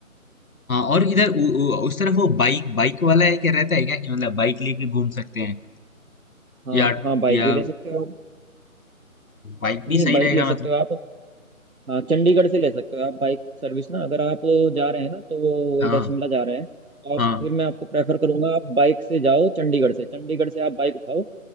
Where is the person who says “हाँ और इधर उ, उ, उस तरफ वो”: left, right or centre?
Left